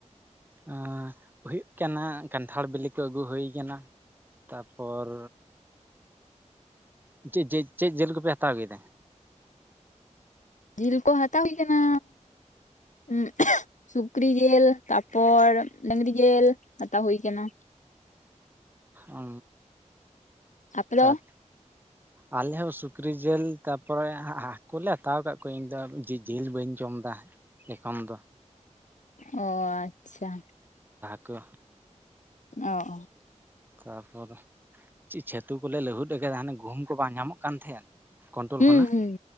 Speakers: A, on the right (about 15°); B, on the left (about 80°).
A: ᱮ ᱦᱩᱭᱩᱜ ᱠᱟᱱᱟ ᱠᱟᱱᱴᱷᱟᱲ ᱵᱤᱞᱤ ᱠᱚ ᱟᱹᱜᱩ ᱦᱩᱭ ᱠᱟᱱᱟ᱾ ᱛᱟᱨᱯᱚᱨ ᱪᱮᱫ ᱪᱮᱫ ᱡᱤᱞ ᱠᱚᱯᱮ ᱦᱟᱛᱟᱣ ᱠᱮᱫᱟ?
B: ᱡᱤᱞ ᱠᱚ ᱦᱟᱛᱟᱣ ᱦᱩᱭ ᱠᱟᱱᱟ ᱩᱸ ᱥᱩᱠᱨᱤ ᱡᱤᱞ ᱛᱟᱨᱯᱚᱨ ᱰᱟᱝᱨᱤ ᱡᱤᱞ ᱦᱟᱛᱟᱣ ᱦᱩᱭ ᱠᱟᱱᱟ? <inaudible>
A: ᱚ
B: ᱟᱯᱮ
A: ᱛᱟᱨ
B: ᱫᱚ
A: ᱟᱞᱮ ᱦᱚᱸ ᱥᱩᱠᱨᱤ ᱡᱤᱞ ᱛᱟᱯᱚᱨᱮ ᱦᱟᱹᱠᱩᱞᱮ ᱦᱟᱛᱟᱣ ᱟᱠᱟᱫ ᱠᱚᱣᱟ ᱤᱧ ᱫᱚ ᱡᱤᱞ ᱵᱟᱹᱧ ᱡᱚᱢᱟ ᱵᱟ ᱮᱠᱷᱚᱱ ᱫᱚ
B: ᱚ ᱟᱪᱪᱷᱟ
A: ᱠᱩ
B: ᱚ
A: ᱛᱟᱯᱚᱨ ᱪᱮᱫ ᱪᱷᱟᱹᱛᱩ ᱠᱚᱞᱮ ᱞᱟᱹᱦᱩᱫ ᱟᱠᱟᱫᱟ ᱦᱟᱱᱮ ᱜᱩᱦᱩᱢ ᱠᱚ ᱵᱟᱝ ᱧᱟᱢᱚᱜ ᱠᱟᱱ ᱛᱟᱦᱮᱸᱫ ᱠᱚᱱᱴᱳᱞ
B: ᱦᱩᱸ
A: ᱠᱷᱚᱱᱟᱜ
B: ᱦᱩᱸ